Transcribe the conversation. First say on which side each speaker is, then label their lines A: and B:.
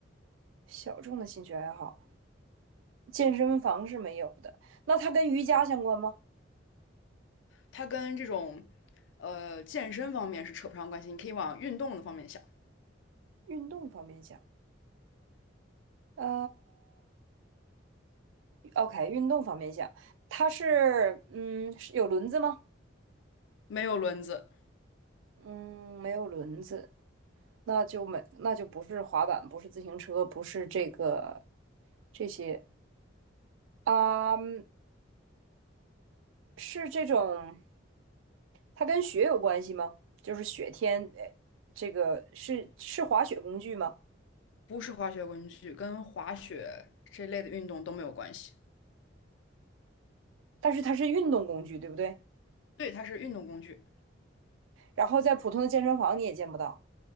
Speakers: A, on the right; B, on the left.
A: 小众的兴趣爱好，健身房是没有的。那它跟瑜伽相关吗？
B: 它跟这种呃健身方面是扯不上关系，你可以往运动的方面想。
A: 运动方面讲，啊。OK，运动方面想，它是嗯是有轮子吗？
B: 没有轮子，
A: 嗯，没有轮子，那就没那就不是滑板，不是自行车，不是这个这些啊，嗯是这种它跟雪有关系吗？就是雪天，呃这个是是滑雪工具吗？
B: 不是滑雪工具，跟滑雪这类的运动都没有关系。
A: 但是它是运动工具，对不对？
B: 对，它是运动工具。
A: 然后在普通的健身房你也见不到，